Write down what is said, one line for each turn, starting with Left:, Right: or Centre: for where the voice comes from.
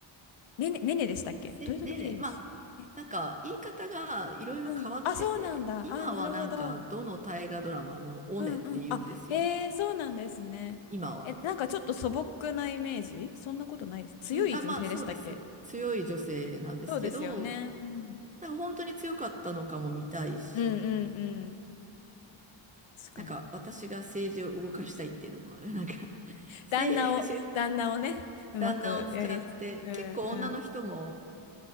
Left: ねね、ねねでしたっけ豊臣秀吉。
Right: せ、ねね、まあ、
Left: ね、
Right: なんか、言い方がいろいろ変わってて、
Left: うん。あ、そうなんだ。
Right: 今はなんか、
Left: あ、なるほど。
Right: どの大河ドラマもおねって言うんですよ。
Left: うんうん。あ、へえ、そうなんですね。
Right: 今は。
Left: え、なんかちょっと素朴なイメージそんなことないです。強い女性でしたっけ
Right: うん、あ、まあ、そうです。強い女性なんですけど、
Left: そうですよね。うん。
Right: なんか本当に強かったのかも見たいし、
Left: うんうんうん。確かに。
Right: なんか私が政治を動かしたいっていうのもある。なんか <laughs> 政治、
Left: 旦那を、旦那をね、うまくやり、
Right: 旦那を使って、
Left: うんうん。
Right: 結構女の人も、